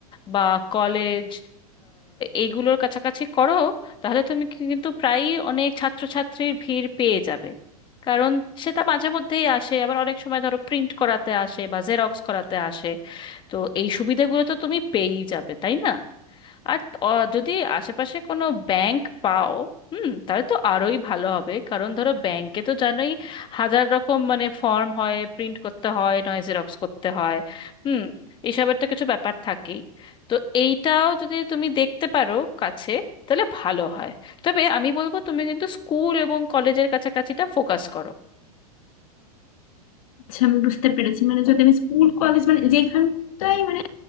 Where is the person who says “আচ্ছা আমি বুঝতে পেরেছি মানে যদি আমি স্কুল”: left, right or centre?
Left